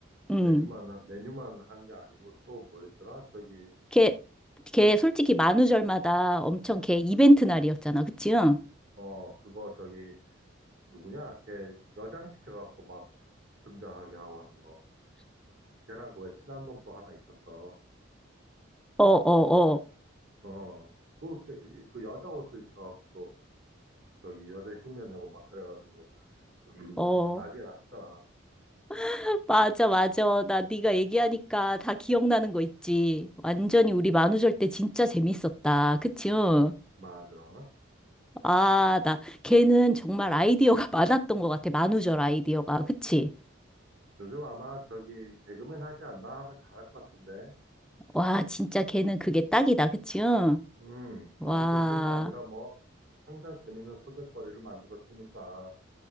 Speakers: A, in the centre; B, on the right.
A: 응.
B: 메뉴만 메뉴만 한 게 아니고 또 뭐였더라 저기
A: 걔, 걔 솔직히 만우절마다 엄청 걔 이벤트 날이었잖아. 그치? 응?
B: 어 그거 저기 누구냐 걔 여장시켜갖고 막 등장하게 하고 하는 거 걔랑 그 왜 친한 놈 또 하나 있었어
A: 어, 어,
B: 어 그, 걔- 그 여자 옷을 입혀갖고 또 저기 여자 흉내 내고 막 그래가지고 <clears throat>
A: 어, 어.
B: 어, 난리 났었잖아.
A: <laughs> 맞아, 맞아. 나 네가 얘기하니까 다 기억나는 거 있지. 완전히 우리 만우절 때 진짜 재밌었다. 그치? 응?
B: 맞아.
A: 아, 나, 걔는 정말 아이디어가 <laughs> 많았던 것 같아. 만우절 아이디어가. 그치?
B: 요즘 아마 저기 개그맨 하지 않나 하면 잘할 것 같은데.
A: 와, 진짜 걔는 그게 딱이다, 그치? 응?
B: 음,
A: 와,
B: 만우절뿐만 아니라 뭐 항상 재밌는 소재거리를 만들었으니까.